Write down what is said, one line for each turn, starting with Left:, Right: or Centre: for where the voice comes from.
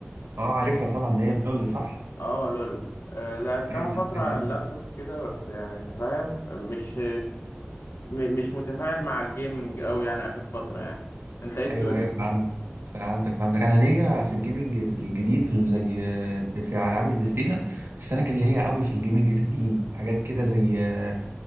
Right: اه عارفها طبعا اللي هي لول صح
Left: اه لول آه، لعبتها
Right: ايوه لا
Left: فترة
Right: ده
Left: على
Right: جامد
Left: اللابتوب كده بس يعني انت فاهم مش م- مش متفاعل مع الجيمنج أوي يعني آخر فترة يعني انت ايه الدنيا؟
Right: ايوه ايوه فهمت فهمتك فهمتك انا ليا في الجيمنج الجديد اللي زي آه، في العاب البلاي ستيشن بس انا كان ليا قوي في الجيمنج القديم حاجات كده زي آه،